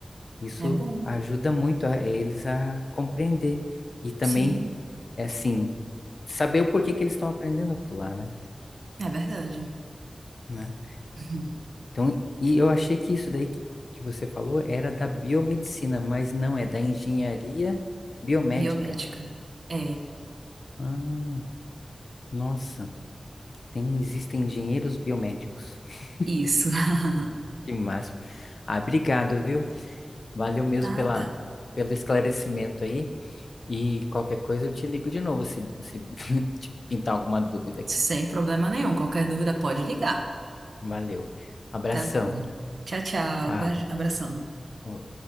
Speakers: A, on the left; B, on the right.
A: Isso
B: é bom.
A: ajuda muito a eles a compreender e também,
B: Sim.
A: é assim, saber o porquê que eles estão aprendendo aquilo lá, né?
B: É verdade.
A: Né?
B: <laughs>
A: Então, e eu achei que isso daí que, que você falou era da biomedicina, mas não é da engenharia biomédica.
B: Biomédica. É,
A: Ah, nossa. Tem, existem engenheiros biomédicos. <laughs>
B: isso. <laughs>
A: Que máximo. Ah, obrigado, viu? Valeu mesmo
B: Nada.
A: pela, pelo esclarecimento aí. E qualquer coisa eu te ligo de novo se, se <laughs> te pintar alguma dúvida aqui.
B: Sem problema nenhum. Qualquer dúvida pode ligar.
A: Valeu. Abração.
B: Tá bom. Tchau, tchau.
A: Tchau.
B: Beijo, Abração.
A: Ô,